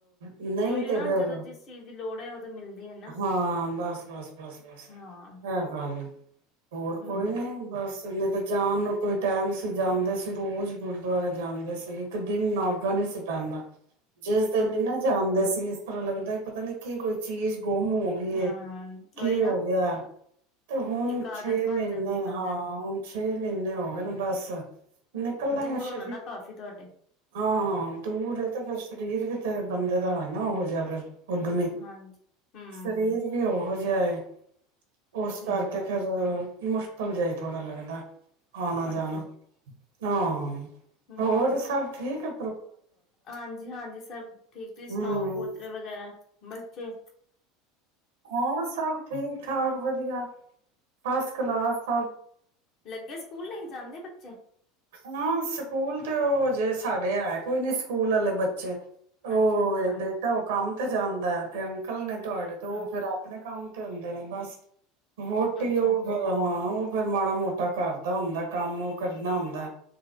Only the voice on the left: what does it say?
ਉਹੀ
ਨਾ
ਜਦੋਂ ਜਿਸ ਚੀਜ਼ ਦੀ ਲੋੜ ਹੈ ਉਦੋਂ ਮਿਲਦੀ ਹੈ ਨਾ
ਹਾਂ
ਹੂੰ
ਅੱਛਾ-ਅੱਛਾ।
ਹਾਂ
ਉਹੀ ਨਾ
ਇੱਕ ਆਦਤ
ਬਣ
ਜਾਂਦੀ ਬੰਦੇ
ਨੂੰ
ਦੂਰ
ਹੋਣਾ
ਨਾ ਕਾਫ਼ੀ ਤੁਹਾਡੇ
ਹਾਂਜੀ ਹਮ
ਹਮ
ਅੱਛਾ
ਹਮ
ਹਾਂਜੀ ਹਾਂਜੀ ਸਭ ਠੀਕ ਤੁਸੀਂ ਸੁਣਾਓ
ਪੋਤਰੇ ਵਗੈਰਾ ਬੱਚੇ
ਲੱਗੇ ਸਕੂਲ ਲਈ ਜਾਂਦੇ ਬੱਚੇ
ਅੱਛਾ ਅੱਛਾ
ਅੱਛਾ
ਅੱਛਾ
ਅੱਛਾ
ਅੱਛਾ